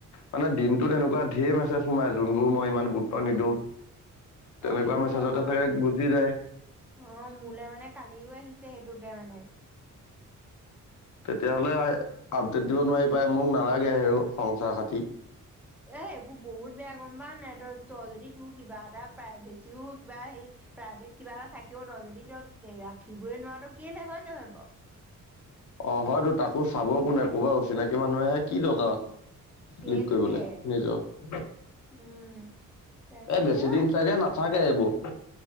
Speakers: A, on the left; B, in the centre.
A: মানে দিনটোত এনেকুৱা ধঢেৰম আছে সোমাই যোনবোৰ মই ইমান গুৰুত্ব নিদিওঁ। তেনেকুৱা
B: অ সেইটো
A: মেছেজতে
B: হয় বাৰু
A: চাগে গুচি যায়।
B: অ' মোলৈ মানে কালিও আহিছে সেইটোকে মানে।
A: তেতিয়াাহ'লে আপডেট দিব নোৱাৰি পাই মোক নালাগে হে সংচাৰ খাতি।
B: এ' এইবোৰ বহুত বেয়া গম পাৱ নাই তই তই যদি তোৰ কিবা এটা বেছিও কিবা হেৰি প্ৰাইভেট কিবা এটা থাকেও ৰ যদি ত ৰাখিবই নোৱাৰ তটো কেলে হয় নহয় বাৰ।
A: অ' হয়তো তাকো চাব কোনে কোবা অচিনাকি মানুহেহে কি দৰকাৰ
B: সেইটোকে
A: লিক কৰিবলৈ নিজৰ। এই
B: উম তাকে
A: বেছি
B: সেৱা
A: দিন চাগে নাথাকে এইবোৰ